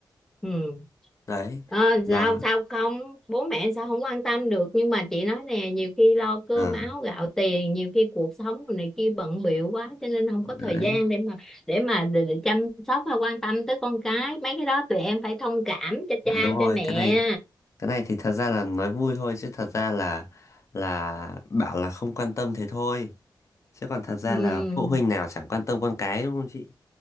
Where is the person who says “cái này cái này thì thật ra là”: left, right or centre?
Left